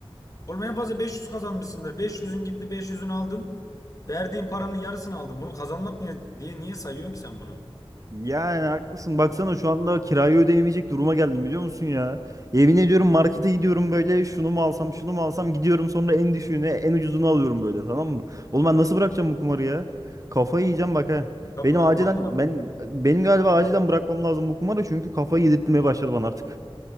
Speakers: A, on the left; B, on the right.
A: Oğlum en fazla 500 kazanmışsındır. beş yüzün gitti, 500'ünü aldın. Verdiğin paranın yarısını aldın. Bunu kazanmak ne diye niye sayıyorsun ki sen bunu?
B: Yani haklısın. Baksana şu anda kirayı ödeyemeyecek duruma geldim biliyor musun ya? Yemin ediyorum markete gidiyorum böyle şunu mu alsam şunu mu alsam gidiyorum sonra en düşüğünü en ucuzunu alıyorum böyle tamam mı? Oğlum ben nasıl bırakacağım bu kumarı ya? Kafayı yiyeceğim bak ha.
A: Ya
B: Benim
A: bırakman
B: acilen
A: lazım.
B: ben benim galiba acilen bırakmam lazım bu kumarı çünkü kafayı yedirtmeye başladı bana artık.